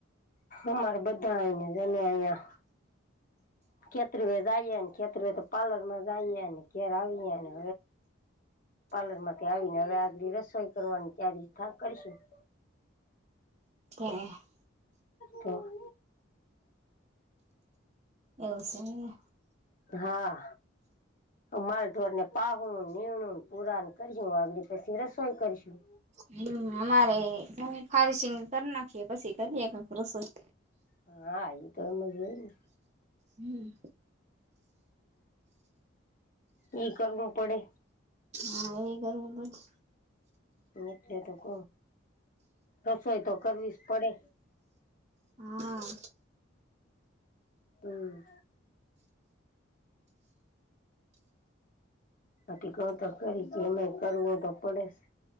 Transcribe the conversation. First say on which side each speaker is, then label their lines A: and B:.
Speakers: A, on the left; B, on the right.
A: અમારે બધાની જોની આયા. ખેતરીવે જઈએ ને, કેેત પાર્લર માં જઈએ ને, ઘર આવીએ ને. પાર્લર માંથી આવીને, હવે આજનીરસોઈ કરવાની તારી કરીશું.
B: <unintelligible>
A: તો.
B: એવું છે એમને
A: હા, માલઢોરને પાવ. નિણું પુરાણ કરશ વાગડી પછી રસોઈ કરીશું.
B: હમ, અમારેમે ફારિશિંગ કરી નાખીએ, એકક રસોઈ.
A: હા, એ તો એવું જોઈને.
B: હમ્મ.
A: હમ્મ, કરવું પડે.
B: હા, એ કરવું <unintelligible>
A: એટલે તો ક રસોઈ તો કરવી જ પડે.
B: હા.
A: હમ્મ. <unintelligible>